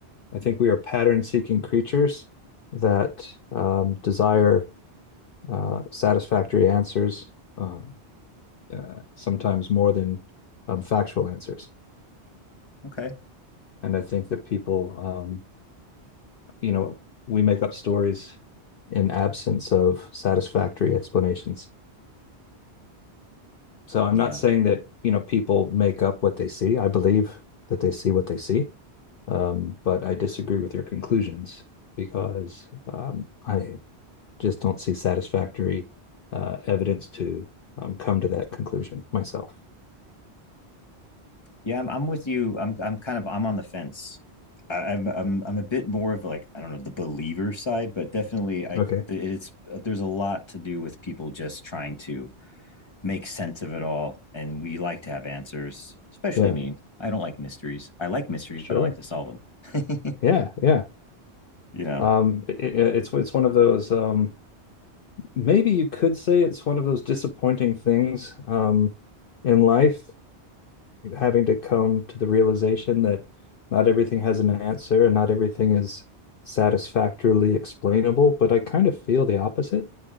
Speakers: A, on the left; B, on the left.
A: I think we are pattern-seeking creatures that um, desire uh, satisfactory answers, uh, uh, sometimes more than um, factual answers.
B: Okay.
A: and I think that people, um, you know, we make up stories in absence of satisfactory explanations. So I'm
B: Yeah.
A: not saying that you know people make up what they see. I believe that they see what they see, um, but I disagree with their conclusions because um, I just don't see satisfactory uh, evidence to um, come to that conclusion myself.
B: Yeah, I'm, I'm with you. I'm I'm kind of I'm on the fence. I, I'm I'm I'm a bit more of like I don't know the believer side, but definitely I
A: Okay.
B: it's there's a lot to do with people just trying to make sense of it all, and we like to have answers, especially
A: Yeah,
B: me. I don't like mysteries. I like mysteries,
A: sure.
B: but I like to solve them. <laughs>
A: Yeah, yeah.
B: you know,
A: Um, it, it's it's one of those um, maybe you could say it's one of those disappointing things um, in life, having to come to the realization that not everything has an answer and not everything is satisfactorily explainable. But I kind of feel the opposite.